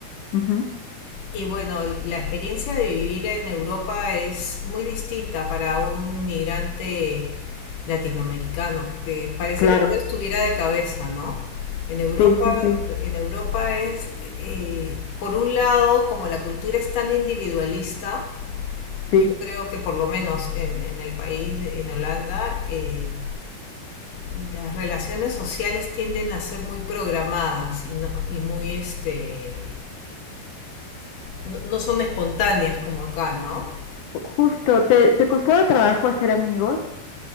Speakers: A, on the left; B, on the left.
A: ujú,
B: Y bueno, la experiencia de vivir en Europa es muy distinta para un migrante latinoamericano, porque parece
A: claro.
B: que todo estuviera de cabeza, ¿no? En Europa,
A: Sí, sí, sí,
B: en Europa es, eh, por un lado, como la cultura es tan individualista, Yo
A: sí.
B: creo que por lo menos en, en el país, en Holanda, eh, y- las relaciones sociales tienden a ser muy programadas y, no, y muy, este, no, no son espontáneas como acá, ¿no?
A: Justo, ¿te, te costaba trabajo hacer amigos?